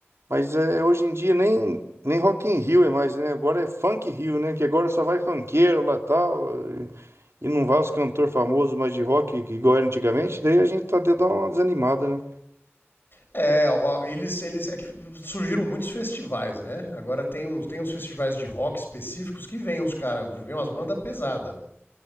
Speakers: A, on the right; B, on the left.
A: Mas é, hoje em dia nem, nem Rock in Rio é mais, né? Agora é Funk Rio, né? Que agora só vai funkeiro lá tal, e e não vai os cantores famosos mais de rock, que igual era antigamente, daí a gente tá de dar uma desanimada, né?
B: É, ó, eles, eles. É que surgiram muitos festivais, né? Agora tem uns, tem uns festivais de rock específicos que vem uns caras, vem umas bandas pesadas.